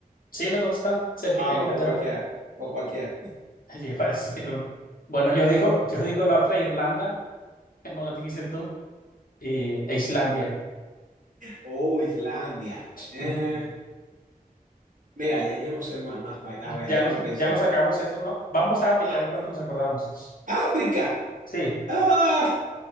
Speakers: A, on the left; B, on the right.
A: Sí, los dos están cerquita
B: Ah,
A: de
B: no,
A: Inglaterra.
B: por cualquiera. Por cualquiera.
A: <laughs> Yo iba a decir una. Bueno, yo digo, yo digo la otra Irlanda, que no dijiste tú, y e Islandia.
B: Oh, Islandia. Eh,
A: Ujú.
B: mira, ya, ya no sé más, más países. A ver,
A: Ya
B: déjame
A: nos,
B: pensar.
A: ya nos sacamos eso, ¿no? Vamos a África,
B: Ah,
A: a ver cuánto nos acordamos.
B: África.
A: Sí,
B: Ah,